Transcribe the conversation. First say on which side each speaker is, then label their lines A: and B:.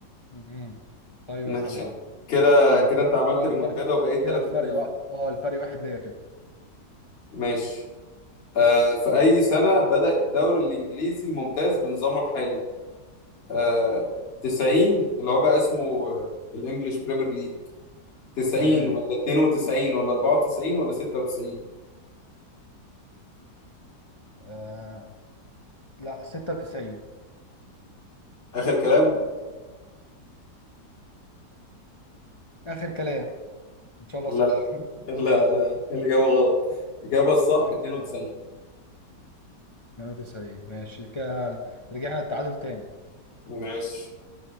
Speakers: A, on the left; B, on the left.
A: مم. طيب
B: ماشي
A: اسال يلا
B: يا عم. كده كده انت عملت
A: كده
B: ريمونتادا
A: الفرق
B: وبقيت
A: كده
B: 3
A: الفرق
B: 2
A: و... اه الفرق واحد ليا كده
B: ماشي آه، في أي سنة بدأ الدوري الإنجليزي الممتاز بنظامه الحالي؟ آه، 90 اللي هو بقى اسمه آه، الإنجليش بريمير ليج 90
A: تمام
B: ولا 92 ولا 94 ولا 96
A: آه... لا 96
B: آخر كلام؟
A: اخر كلام ان شاء الله
B: لا
A: صح <laughs>
B: لا لا الإجابة غلط الإجابة الصح
A: اوكي
B: 92
A: 98 ماشي كده رجعنا التعادل تاني
B: ماشي